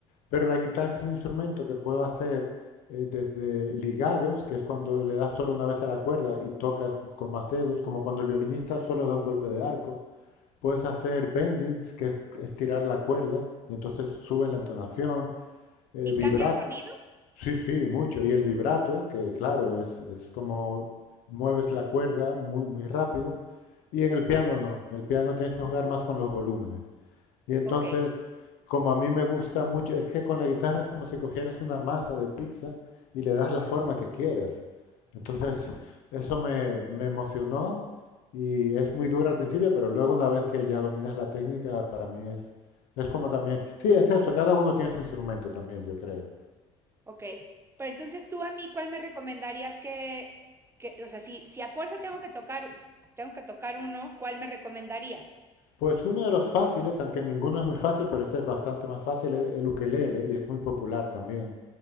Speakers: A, on the left; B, on the right.
A: Pero la guitarra es un instrumento que puedo hacer eh, desde ligados, que es cuando le das solo una vez a la cuerda y tocas con más dedos, como cuando el violinista solo da un golpe de arco. Puedes hacer bendings, que es estirar la cuerda, y entonces subes la entonación. Eh,
B: ¿Y
A: vibrato,
B: cambia el sonido?
A: sí, sí, mucho. Y el vibrato, que claro, es, es como mueves la cuerda muy, muy rápido. Y en el piano no, el piano tienes que jugar más con los volúmenes. Y entonces,
B: Ok.
A: como a mí me gusta mucho, es que con la guitarra es como si cogieras una masa de pizza y le das la forma que quieras. Entonces, eso me, me emocionó y es muy dura al principio, pero luego una vez que ya dominas la técnica, para mí es, es como también... Sí, es eso, cada uno tiene su instrumento también, yo creo.
B: Ok. Pero entonces tú a mí, ¿cuál me recomendarías que, que o sea, si, si a fuerza tengo que tocar, tengo que tocar uno, ¿cuál me recomendarías?
A: Pues uno de los fáciles, aunque ninguno es muy fácil, pero este es bastante más fácil, es el ukelele y es muy popular también,